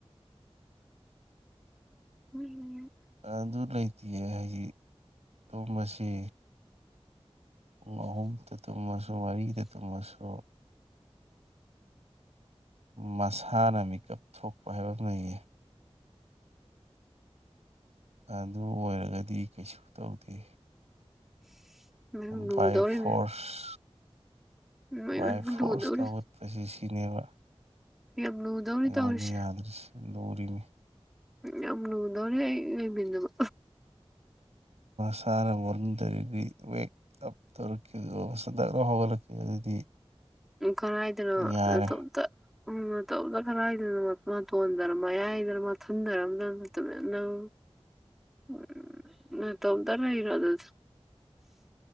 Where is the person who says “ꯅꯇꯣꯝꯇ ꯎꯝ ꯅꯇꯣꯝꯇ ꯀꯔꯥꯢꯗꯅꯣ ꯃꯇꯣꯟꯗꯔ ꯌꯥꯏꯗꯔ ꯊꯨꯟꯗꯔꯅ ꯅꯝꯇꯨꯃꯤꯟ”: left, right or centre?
Centre